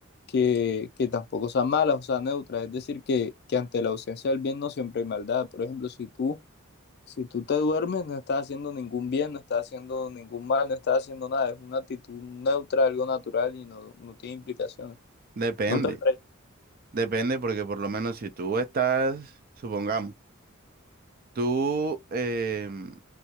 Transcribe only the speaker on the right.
Depende,
depende porque por lo menos si tú estás, supongamos, tú em,